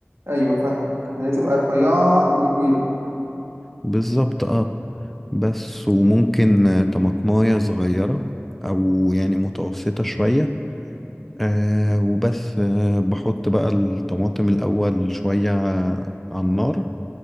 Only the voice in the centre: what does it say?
بالظبط اه بس وممكن آه، طماطماية صغيرة أو يعني متوسطة شوية آه وبس آه بحط بقى الطماطم الأول شوية ع- على النار